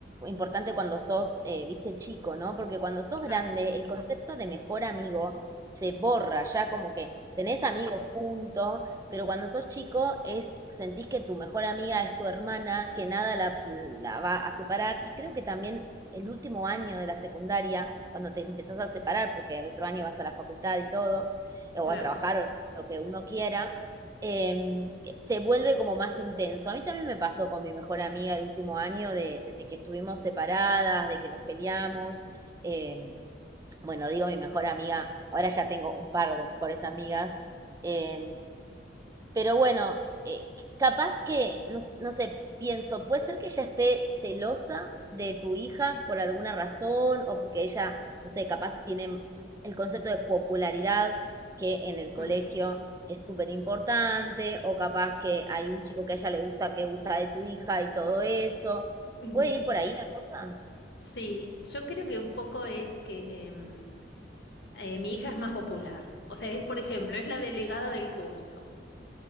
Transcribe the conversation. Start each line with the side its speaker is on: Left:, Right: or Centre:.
Right: importante cuando sos, eh, viste, chico, ¿no? Porque cuando sos grande,
Left: Claro.
Right: el concepto de mejor amigo se borra, ya como que tenés amigos, punto, pero cuando sos chico es, sentís que tu mejor amiga es tu hermana, que nada la, la va a separar, y creo que también el último año de la secundaria, cuando te empezás a separar, porque el otro año vas a la facultad y todo, o
Left: Claro.
Right: a trabajar, o lo que uno quiera, em, se vuelve como más intenso. A mí también me pasó con mi mejor amiga el último año de, de- de que estuvimos separadas, de que nos peleamos. em, bueno, digo mi mejor amiga, ahora ya tengo un par de mejores amigas, em, pero bueno, eh, capaz que, no, s- no sé, pienso, puede ser que ella esté celosa de tu hija por alguna razón o porque ella, no sé, capaz tiene mm, el concepto de popularidad que en el colegio
Left: Mm.
Right: es súper importante o capaz que hay un chico que a ella le gusta, que gusta de tu hija y todo eso.
Left: <laughs>
Right: ¿Puede ir por ahí la cosa?
Left: Sí, yo creo que un poco es que mm, eh, mi hija es más popular. O sea, es, por ejemplo, es la delegada del curso.